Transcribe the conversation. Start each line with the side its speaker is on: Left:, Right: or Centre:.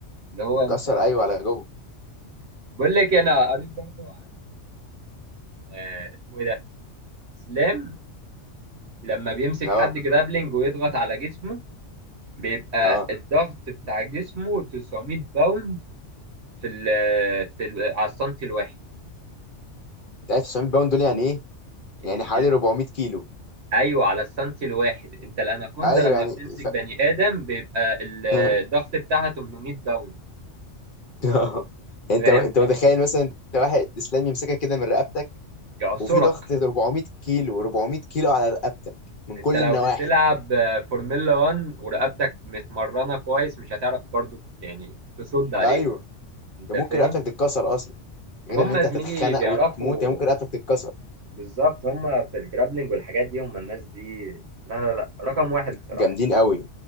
Right: اللي هو
Left: اتكسر
Right: انت
Left: ايوه على جوه
Right: بقول لك انا قريت برضه على آه، اسمه ايه ده اسلام لما بيمسك
Left: اه
Right: حد جرابلينج ويضغط على جسمه بيبقى
Left: اه
Right: الضغط بتاع جسمه 900 باوند في ال في ال على السنتي الواحد
Left: انت عارف 900 باوند دول يعني ايه
Right: ال-
Left: يعني حوالي
Right: ال-
Left: 400 كيلو
Right: ايوه على السنتي الواحد انت الاناكوندا
Left: ايوه
Right: لما
Left: يعني
Right: بتمسك
Left: ف...
Right: بني ادم بيبقى الضغط
Left: <laughs>
Right: بتاعها 800 باوند
Left: آه. انت
Right: فاهم
Left: انت متخيل مثلا انت واحد اسلام يمسكك كده من رقبتك
Right: فيعصرك
Left: وفي ضغط 400 كيلو 400 كيلو على رقبتك من
Right: انت
Left: كل
Right: لو
Left: النواحي
Right: بتلعب آه، فورمولا 1 ورقبتك متمرنه كويس مش هتعرف برضو يعني تصد عليه
Left: ايوه
Right: انت
Left: ده ممكن
Right: فاهم
Left: رقبتك تتكسر اصلا غير
Right: هم
Left: ان انت
Right: زميلي
Left: هتتخنق
Right: بيعرفوا
Left: وتموت هي ممكن رقبتك تتكسر
Right: بالظبط هم في الجرابلينج والحاجات دي هم الناس دي لا لا لا رقم واحد بصراحه
Left: جامدين قوي